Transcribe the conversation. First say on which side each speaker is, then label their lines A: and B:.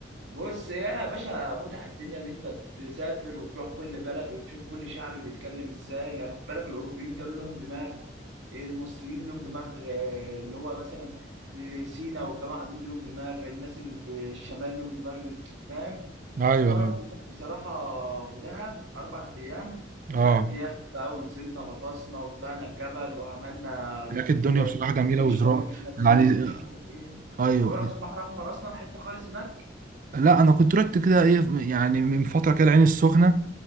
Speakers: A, on the right; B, on the right.
A: بص يا باشا متعه الدنيا ان انت تسافر وتروح كل بلد وتشوف كل شعب بيتكلم ازاي يعني خد بالك الاوروبيين دول لهم دماغ المصريين لهم دماغ آه، اللي هو مثلا في سينا والجماعه دول لهم دماغ الناس اللي في الشمال لهم دماغ فاهم
B: ايوه
A: فانا
B: ايوه
A: رحت هناك بصراحه في دهب اربع ايام
B: اه
A: خدت يخت بقى ونزلنا غطسنا وطلعنا الجبل وعملنا
B: لكن الدنيا
A: ل-
B: بصراحه جميله
A: البيتش
B: وزراعه
A: باجي مشينا بيه
B: يعني
A: مش
B: آه،
A: عارف ايه انت
B: ايوه
A: ما رحتش البحر الاحمر اصلا حته خالص هناك
B: لا انا كنت رحت كده ايه يعني من فتره كده العين السخنه